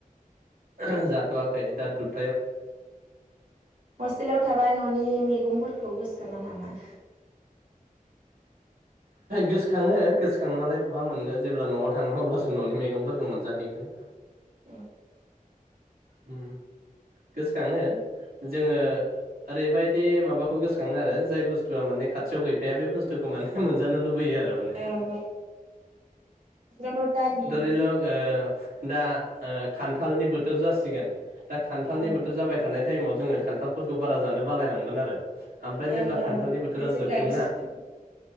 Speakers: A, on the right; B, on the right.
A: ओह ह जाथ'वखै दा दुद
B: हस्टेलाव थाबा न'नि मि गंफोरखौ गोसोखाङा नामा?
A: गोसोखाङो गोसोखांबालाय बहा मोननो जेब्ला न'आव थाङो अब्लासो न'नि मैगंफोरखौ मोनजाहैगोन।
B: उम
A: हम गोसोखाङो जोङो ओरैबायद दि माबाखौ गोसोखाङो आरो जाय बुस्थुआ माने खाथियाव गैफाया बे बुस्थुखौ माने हे मोनजानो लुबैयो आरो । दामाने।
B: औ हस्टेलावथ' दालि
A: दरिलग ओ दा ओ खान्थालनि बोथोर जासि सिगोन दा खान्थालनि
B: ओं
A: बोथोर जाबाय थानाय टाइमाव जोङो खान्थालफोरखौ बारा जानो बालायलांगोन आरो ओमफ्राय
B: ओं
A: जेब्ला खान्थालनि
B: ओं ओमफ्राय
A: बोथोरा
B: जेब्ला
A: जोबगोन
B: औ
A: ना